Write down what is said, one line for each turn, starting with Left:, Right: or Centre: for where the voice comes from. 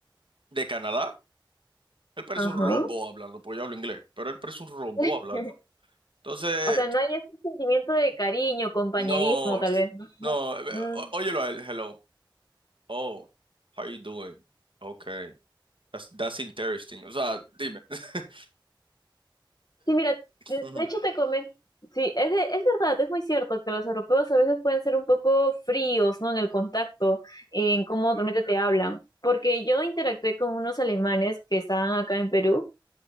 Right: de Canadá. Él parece
Left: Ajá.
Right: un robot hablando, porque yo hablo inglés, pero él parece un robot
Left: <laughs>
Right: hablando. Entonces,
Left: O sea, no hay ese sentimiento de cariño, compañerismo,
Right: no,
Left: tal vez, ¿no?
Right: no, eh,
Left: Mm.
Right: ó- óyelo a él, hello. Oh, how you doing? Okay, that's, that's interesting. O sea, dime. <laughs>
Left: Sí, mira, de
Right: Ujú.
Left: de hecho te comento, sí, es, de- es verdad, es muy cierto que los europeos a veces pueden ser un poco fríos, ¿no? En el contacto, en cómo realmente te hablan, porque yo interactué con unos alemanes que estaban acá en Perú